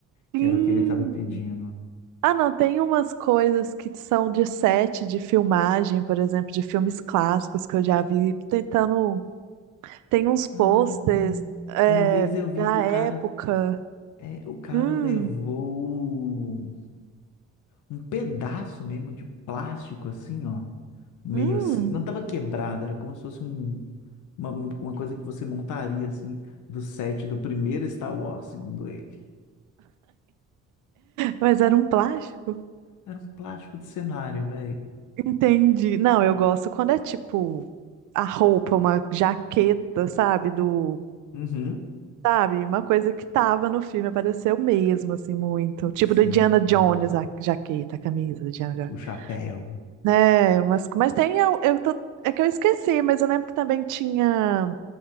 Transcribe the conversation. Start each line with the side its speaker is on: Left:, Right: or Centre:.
Right: Sim.
Left: que era o que ele estava pedindo.
Right: Ah, não, tem umas coisas que são de set de filmagem, por exemplo, de filmes clássicos que eu já vi, tentando. Tem uns posters,
Left: Ah,
Right: é,
Left: uma vez eu vi
Right: da
Left: que o
Right: época.
Left: cara, é, o cara
Right: Hum,
Left: levou um pedaço mesmo de plástico, assim, ó. Meio
Right: hum,
Left: assim, não estava quebrado, era como se fosse um, Uma, uma coisa que você montaria, assim, do set do primeiro Star Wars, segundo ele.
Right: mas era um plástico.
Left: Era um plástico de cenário, velho.
Right: Entendi. Não, eu gosto quando é tipo. a roupa, uma jaqueta, sabe? Do,
Left: Uhum.
Right: sabe? Uma coisa que tava no filme, apareceu mesmo, assim, muito. Tipo
Left: Sim.
Right: do Indiana Jones, a jaqueta, a camisa do Indiana Jones.
Left: O chapéu.
Right: Né? Mas, mas tem, eu, eu tô, é que eu esqueci, mas eu lembro que também tinha